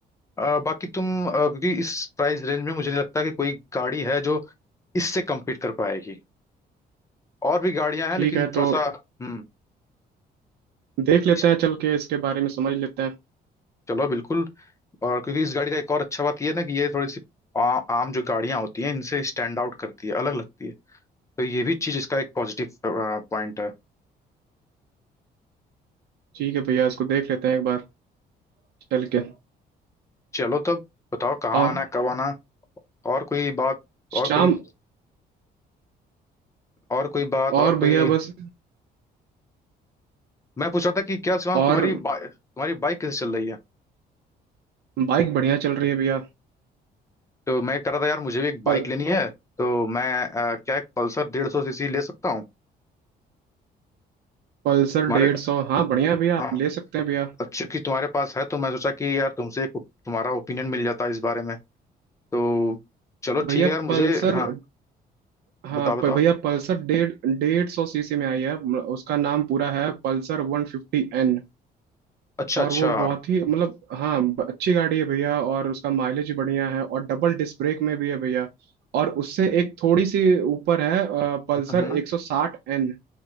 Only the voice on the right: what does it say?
ठीक
है तो
देख लेते
हैं चल के इसके बारे में समझ लेते हैं
ठीक है भैया इसको देख लेते हैं एक बार चल के
और
शाम
और
भैया बस
और
बाइक बढ़िया चल रही है भैया
पल
पल्सर
डेढ़ सौ हाँ बढ़िया है भैया आप
ले सकते हैं भैया
भैया
पल्सर
हाँ
प- भैया पल्सर डेढ़ डेढ़ सौ सीसी में आई है म- उसका नाम पूरा है पल्सर वन फिफ्टी एन
और
वो बहुत ही मतलब हाँ ब- अच्छी गाड़ी है भैया और उसका माइलेज बढ़िया है और डबल डिस्क ब्रेक में भी है भैया और उससे एक थोड़ी सी ऊपर है अ,
पल्सर
एक सौ साठ एन